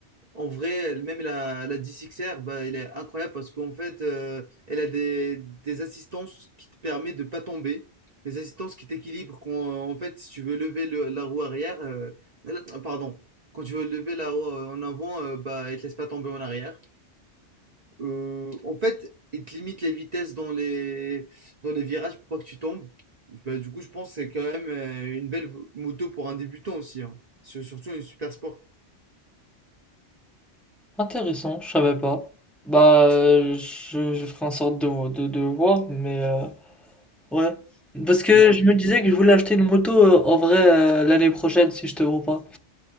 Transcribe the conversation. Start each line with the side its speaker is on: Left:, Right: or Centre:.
Right: en vrai, elle- même la, la D6R, bah, elle est incroyable parce qu'en fait, euh, elle a des, des assistances qui te permettent de pas tomber, des assistances qui t'équilibrent quand, euh, en fait, si tu veux lever le- la roue arrière, euh, euh, pardon, quand tu veux lever la roue en avant, euh, bah, elle te laisse pas tomber en arrière. Euh, en fait, il te limite les vitesses dans les, dans les virages pour pas que tu tombes. Bah, du coup, je pense que c'est quand même euh, une belle moto pour un débutant aussi. hein. Sur- Surtout une super sport.
Centre: Intéressant, je savais pas. Bah, euh, je, je ferai en sorte de, de, de voir, mais euh, ouais. Parce
Right: Sinon,
Centre: que je me disais que je voulais acheter une moto euh, en vrai euh, l'année prochaine si je te vois pas.